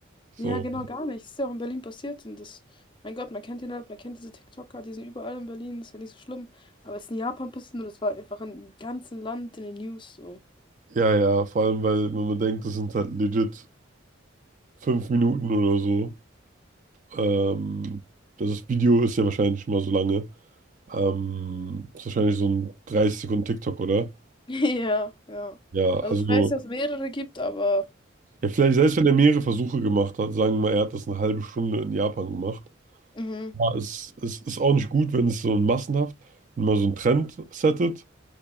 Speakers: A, on the right (about 40°); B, on the left (about 25°).
A: So.
B: Ja, genau, gar nicht. Das Ist ja auch in Berlin passiert und das, mein Gott, man kennt ihn halt, man kennt diese TikToker, die sind überall in Berlin, ist ja nicht so schlimm. Aber es ist in Japan passiert und das war einfach im ganzen Land in den News so.
A: Ja, ja, vor allem, weil, wenn man denkt, das sind halt legit fünf Minuten oder so. Ähm, also das Video ist ja wahrscheinlich schon mal so lange. Ähm, ist wahrscheinlich so ein 30 Sekunden TikTok, oder?
B: <laughs> Ja, ja.
A: Ja,
B: Also
A: also,
B: ich weiß, dass es mehrere gibt, aber
A: ja, vielleicht, selbst
B: ja.
A: wenn er mehrere Versuche gemacht hat, sagen wir mal, er hat das eine halbe Stunde in Japan gemacht.
B: Mhm.
A: Ja, es, es ist auch nicht gut, wenn es so ein massenhaft, wenn man so einen Trend settet